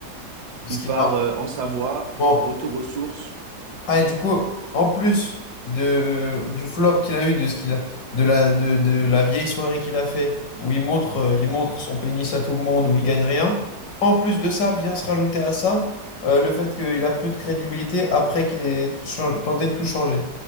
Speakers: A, on the left (about 70°); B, on the right (about 70°).
A: Ce
B: Il
A: qui,
B: part euh, en Savoie,
A: normalement,
B: au retour aux sources.
A: Ah, et du coup, en plus de, du flop qu'il a eu, de ce qu'il a, de la, de, de la vieille soirée qu'il a fait, où il montre, euh, il montre son pénis à tout le monde, où il gagne rien, en plus de ça, vient se rajouter à ça, euh, le fait qu'il a plus de crédibilité après qu'il ait chang- tenté de tout changer.